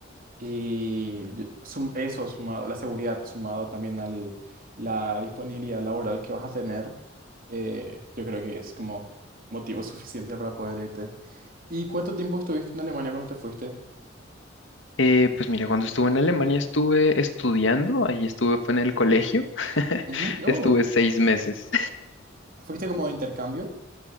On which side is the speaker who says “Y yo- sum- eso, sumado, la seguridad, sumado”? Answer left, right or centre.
Right